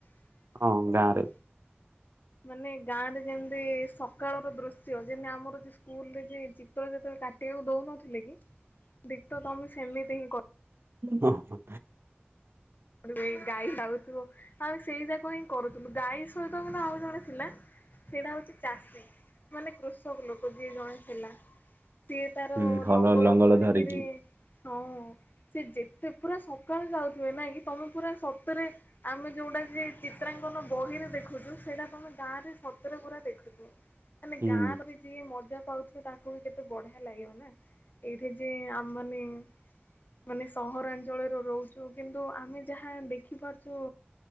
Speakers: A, on the right; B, on the left.
A: ହଁ ଗାଁ ରେ।
B: ମାନେ ଗାଁ ରେ ଯେମିତି ସକାଳର ଦୃଶ୍ୟ ଯେମତି ଆମର ଯେ ସ୍କୁଲ୍ ରେ ଯେ ଚିତ୍ର ଯେତବେଳେ କା ସେୟାକୁ ଦଉନଥିଲେ କି ଡିଟୋ ତୋମେ ସେମିତି ହିଁ କ
A: ହଁ, ହଁ।
B: ସେଇ ଗାଈ ଯାଉଥିବ। ଆଉ ସେଇ ଯାକ ହିଁ କରୁଥୁଲୁ ଗାଈ ସହିତ ମାନେ ଆଉ ଜଣେ ଥିଲା। ସେଇଟା ହଉଛି ଚାଷୀ ମାନେ କୃଷକ ଲୋକ ଯିଏ ଜଣେ ଥିଲା। ସିଏ ତାର
A: ହୁଁ ହଳ
B: ଲଙ୍ଗଳ ଧରିକିରି
A: ଧରିକି
B: ହଁ ସିଏ ଯେତେ ପୁରା ସକାଳୁ ଯାଉଥିବେ ନାଇ କି? ତୋମେ ପୁରା ସତରେ ଆମେ ଯୋଉଟା ଯେ ଚିତ୍ରାଙ୍କନ ବହିରେ ଦେଖୁଚୁ। ସେଟା ତୋମେ ଗାଁ ରେ ସତରେ ପୁରା ଦେଖୁଚ। ଗ-ମାନେ
A: ହୁଁ।
B: ଗାଁ ର ବି ଯିଏ ମଜା ପାଉଥିବ ତାକୁ ବି କେତେ ବଢିଆ ଲାଗିବ ନା। ଏଇଠି ଯିଏ ଆମ ମାନେ ମାନେ ସହରାଞ୍ଚଳରେ ରହୁଛୁ। କିନ୍ତୁ ଆମେ ଯାହା ଦେଖିପାରୁଛୁ